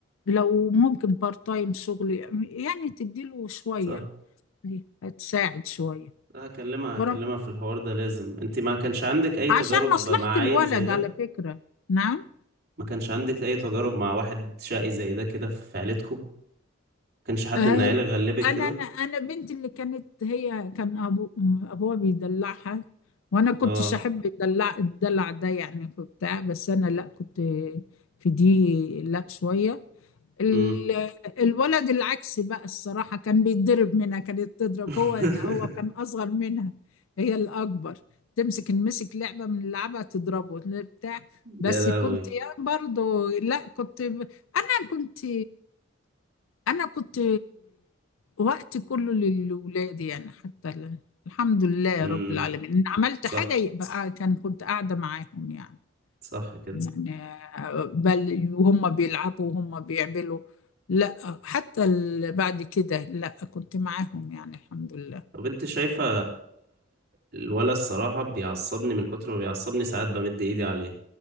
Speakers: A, on the left; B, on the right.
A: لو ممكن بارت تايم شغل يعني تديله شوية
B: صح
A: هتساعد شوية
B: لا، هكلمها
A: ورب-
B: هكلمها في الحوار ده لازم انت ما كانش عندك اي
A: عشان
B: تجارب
A: مصلحة
B: مع عيل
A: الولد
B: زي ده
A: على فكرة نعم
B: ما كانش عندك اي تجارب مع واحد شقي زي ده كده في عيلتكم ما كانش حد
A: آه،
B: من عيالك غلبك
A: انا
B: كده
A: انا انا بنتي اللي كانت هي كان ابو ابوها بيدلعها وانا كنتش
B: اه
A: احب الدلع الدلع ده يعني في بتاع بس انا لا كنت في دي لا شويه ال-
B: امم
A: الولد العكس بقى الصراحه كان بيتضرب منها كانت تضرب
B: <laughs>
A: هو هو كان اصغر منها هي الاكبر تمسك نمسك لعبه من لعبه تضربه بتاع بس
B: يا لهوي
A: كنت يا برضو لا كنت ب- انا كنت انا كنت وقت كله للولاد يعني حتى ال- الحمد لله يا
B: امم
A: رب العالمين ان عملت
B: صح
A: حاجه يبقى كان كنت قاعده معاهم يعني
B: صح كده
A: يعني آه، بل وهم بيلعبوا وهم بيعملوا لا حتى ال- بعد كده لا كنت معاهم يعني الحمد لله
B: طب انت شايفة الولا الصراحة بيعصبني من كتر ما بيعصبني ساعات بمد ايدي عليه